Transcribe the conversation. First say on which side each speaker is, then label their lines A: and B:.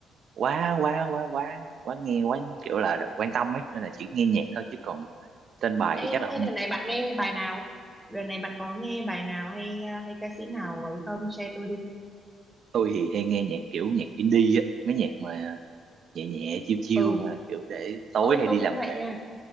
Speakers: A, on the right; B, in the centre.
A: quá quá quá quá quá nghe quá kiểu là quan tâm ấy nên là chỉ nghe nhạc thôi chứ còn tên bài
B: Ê,
A: thì chắc là không
B: thế đợt
A: nhớ
B: này bạn nghe bài nào? Đợt này bạn có nghe bài nào hay hay ca sĩ nào ấy không? Share tôi đi.
A: tôi thì hay nghe nhạc kiểu nhạc indie á mấy nhạc mà nhẹ nhẹ chiêu chiêu
B: Ừ,
A: mà kiểu để tối
B: ôi
A: hay
B: tôi
A: đi làm
B: cũng vậy
A: về
B: nha.